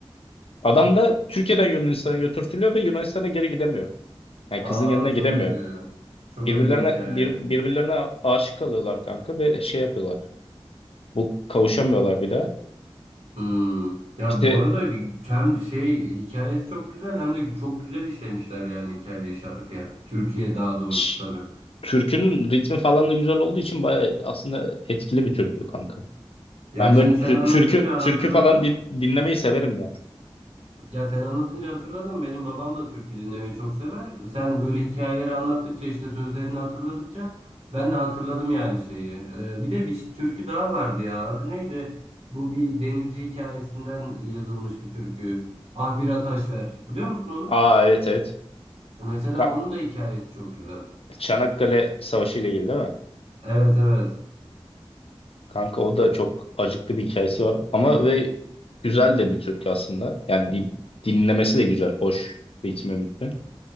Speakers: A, on the left; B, on the right.
A: Adam da Türkiye'den Yunanistan'a götürtülüyor ve Yunanistan'a geri gidemiyor. Yani
B: Aa
A: kızın yanına
B: çok
A: gidemiyor.
B: acı. Çok
A: Birbirlerine
B: acı bir hikaye.
A: bir, birbirlerine aşık kalıyorlar kanka ve şey yapıyorlar. Bu kavuşamıyorlar bir daha.
B: Hmm. Ya
A: İşte
B: bu arada hem şey hikayesi çok güzel hem de çok güzel işlemişler yani hikayeyi şarkıya. Türkiye daha doğrusu
A: ş-
B: tabii.
A: türkünün ritmi falan da güzel olduğu için bayağı aslında etkili bir türkü kanka.
B: Ya
A: Ben
B: şimdi
A: böyle tü-
B: sen anlatınca
A: türkü türkü
B: hatırladım.
A: falan din- dinlemeyi severim yani.
B: Ya sen anlatınca hatırladım. Benim babam da türkü dinlemeyi çok sever. Sen böyle hikayeleri anlattıkça işte sözlerini hatırladıkça ben de hatırladım yani şeyi. Ee, bir de bir türkü daha vardı ya. Adı neydi? Bu bir denizci hikayesinden yazılmış bir türkü. Ah bir ataş ver. Biliyor musun onu?
A: Aa evet evet.
B: Mesela
A: Ka-
B: onun da hikayesi çok güzel.
A: Çanakkale Savaşı ile ilgili değil mi?
B: Evet evet.
A: Kanka o da çok acıklı bir hikayesi var ama ve güzel de bir türkü aslında. Yani din- dinlemesi de güzel, hoş, ritmi mitmi.